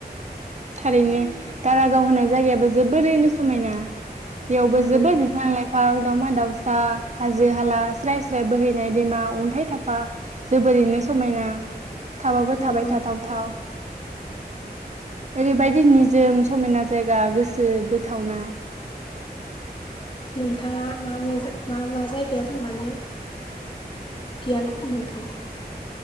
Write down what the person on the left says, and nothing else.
नंगौ
नंगौ
नोंथाङा मा मे मा मा जायगायाव थांनानै गियान मोनखो?